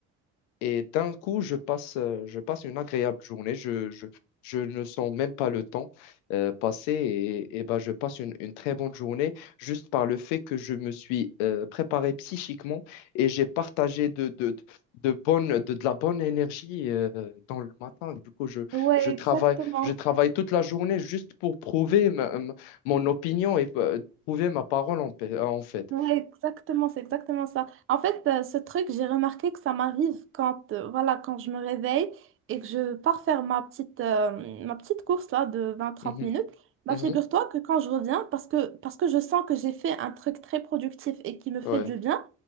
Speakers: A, on the left; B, on the right.
A: Et d'un coup, je passe, euh, je passe une agréable journée. Je, je, je ne sens même pas le temps euh, passer et, et ben, je passe une, une très bonne journée juste par le fait que je me suis euh, préparé psychiquement et j'ai partagé de, de, de, de bonne, de, de la bonne énergie euh, dans le matin. Du coup, je,
B: ouais,
A: je travaille,
B: exactement.
A: je travaille toute la journée juste pour prouver ma- ma- mon opinion et euh, prouver ma parole en, pa- en fait.
B: Ouais, exactement, c'est exactement ça. En fait, euh, ce truc, j'ai remarqué que ça m'arrive quand, euh, voilà, quand je me réveille et que je pars faire ma petite, euh, ma petite course là de vingt trente
A: Mhm,
B: minutes. Bah,
A: mhm,
B: figure-toi que quand je reviens, parce que, parce que je sens que j'ai fait un truc très productif et qui me fait
A: ouais,
B: du bien,